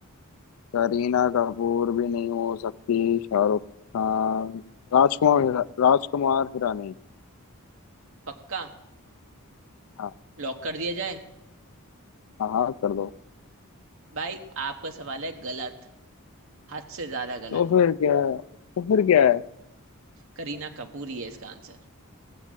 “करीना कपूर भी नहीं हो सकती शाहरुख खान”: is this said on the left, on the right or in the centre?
Left